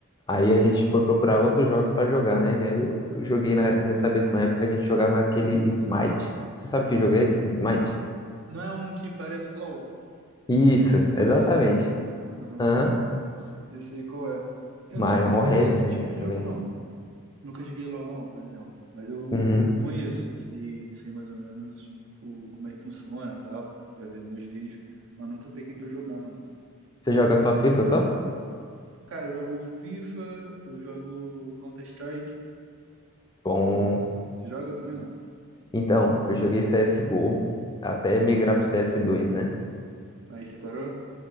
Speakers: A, on the left; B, on the right.
A: Aí a gente foi procurar outros jogos pra jogar, né? E aí eu eu joguei na- nessa mesma época a gente jogava aquele Smite. Você sabe que jogo é esse? Smite?
B: Não é um que parece LOL?
A: Isso,
B: É
A: exatamente.
B: esse, né? Aham.
A: Aham.
B: Eu sei qual é. Eu
A: Maior
B: nunca fui jogar
A: resenha
B: esse tipo de
A: também.
B: jogo, não. Nunca joguei LoL, não, por exemplo. Mas eu,
A: Uhum.
B: eu conheço, eu sei, sei mais ou menos o, como é que funciona e tal. Já vi alguns vídeos, mas nunca peguei pra jogar, não.
A: Você joga só FIFA só?
B: Cara, eu jogo FIFA, eu jogo Counter-Strike.
A: Bom,
B: Você você joga também, não?
A: então, eu joguei CSGO até migrar pro cs dois né?
B: Aí você parou?